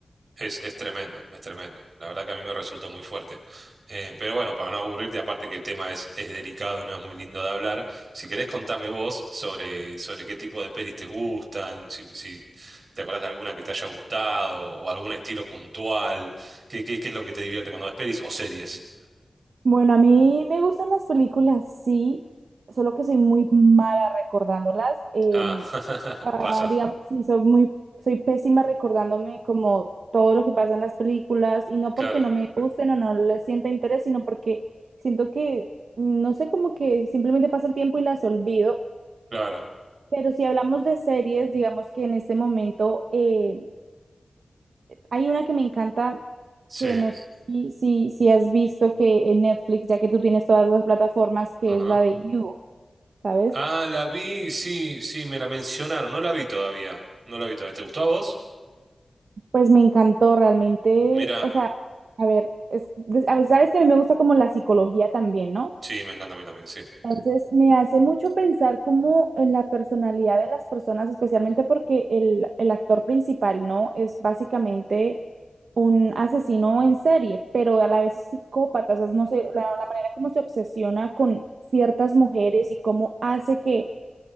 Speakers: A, on the right; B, on the right.
A: Es, es tremendo, es tremendo. La verdad que a mí me resultó muy fuerte. Eh, pero bueno, para no aburrirte, aparte que el tema es, es delicado, no es muy lindo de hablar, si querés contame vos sobre, sobre qué tipo de pelis te gustan, si, si te acordás de alguna que te haya gustado o algún estilo puntual, qué, qué, qué es lo que te divierte cuando ves pelis o series.
B: Bueno, a mí me gustan las películas, sí, solo que soy muy mala recordándolas. em,
A: Ah, <laughs>
B: ah,
A: pasa.
B: digamos, sí, soy muy, soy pésima recordándome como todo lo que pasa en las películas y no
A: Claro,
B: porque no me gusten o no les sienta interés, sino porque siento que, no sé, como que simplemente pasa el tiempo y las olvido
A: claro.
B: Pero si hablamos de series, digamos que en este momento eh, hay una que me encanta,
A: Sí.
B: que no sé si, si, si has visto que en Netflix, ya que tú tienes todas las plataformas, que
A: Ajá.
B: es la de You, ¿sabes?
A: Ah, la vi, sí, sí, me la mencionaron, no la vi todavía. No la vi todavía. ¿Te gustó a vos?
B: Pues me encantó realmente,
A: Mira,
B: o sea, a ver, es, des- a ver, sabes que a mí me gusta como la psicología también, ¿no?
A: sí, me encanta a mí también, sí.
B: Entonces me hace mucho pensar como en la personalidad de las personas, especialmente porque el, el actor principal, ¿no? Es básicamente un asesino en serie, pero a la vez es psicópata, o sea, no sé, la, la manera como se obsesiona con ciertas mujeres y cómo hace que,